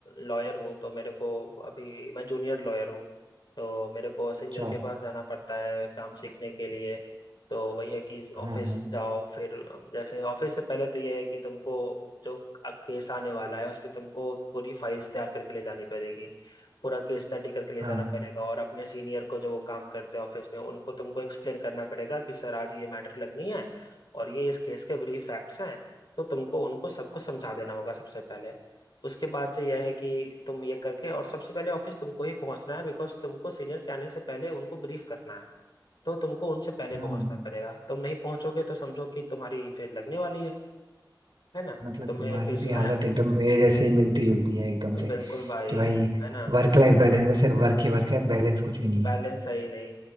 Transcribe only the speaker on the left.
लॉयर हूँ तो मेरे को अभी मैं जूनियर लॉयर हूँ तो मेरे को सीनियर
के पास जाना पड़ता है काम सीखने के लिए तो वही है कि
ऑफिस
जाओ फिर जैसे ऑफिस से पहले तो यह है कि तुमको जो केस आने वाला है उस पर तुमको पूरी फाइल्स तैयार करके ले जानी पड़ेगी पूरा केस स्टडी करके ले
जाना पड़ेगा और अपने सीनियर को जो काम करते हैं ऑफिस में उनको तुमको एक्सप्लेन करना पड़ेगा कि सर आज ये मैटर लगनी है और ये इस केस के ब्रीफ फैक्ट्स हैं तो तुमको उनको सबको समझा देना होगा सबसे पहले उसके बाद से यह है कि तुम ये करके और सबसे पहले ऑफिस तुमको ही पहुंचना है बिकॉज तुमको सीनियर के आने से पहले उनको ब्रीफ करना है तो तुमको उनसे पहले
पहुंचना पड़ेगा तुम नहीं पहुंचोगे तो समझो कि तुम्हारी फिर लगने वाली है है ना
तुम्हें
फिर
सुनाया
बिल्कुल भाई
है ना
बैलेंस
है ही नहीं